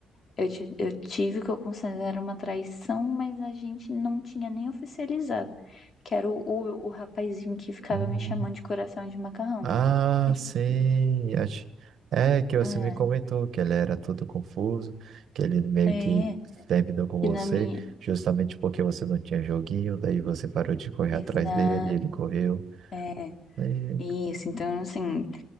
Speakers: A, on the left; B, on the right.
A: eu, ti- eu tive o que eu considero uma traição, mas a gente não tinha nem oficializado. Que era o, o, o rapazinho que ficava
B: ah,
A: me chamando de coração de macarrão,
B: Ah,
A: né? E, tipo,
B: sim.
A: assim,
B: ach- É que você
A: ah,
B: me comentou que ele era todo confuso, que ele meio
A: é.
B: que terminou com você,
A: E na minha.
B: justamente porque você não tinha joguinho, daí você parou de correr
A: Exato.
B: atrás dele, ele correu.
A: É
B: Lembro.
A: isso. Então, assim,